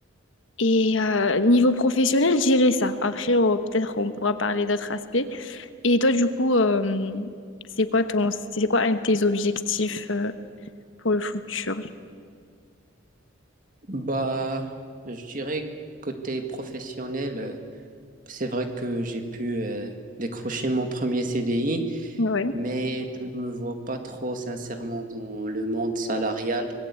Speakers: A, on the left; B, on the right.
A: Et euh, niveau professionnel, j'irai ça. Après, on- peut-être on pourra parler d'autres aspects. Et toi, du coup, euh, c'est quoi ton, c'est quoi un de tes objectifs euh, pour le futur?
B: Bah, je dirais côté professionnel, euh, c'est vrai que j'ai pu euh, décrocher mon premier CDI,
A: Ouais.
B: mais je ne me vois pas trop sincèrement dans le monde salarial.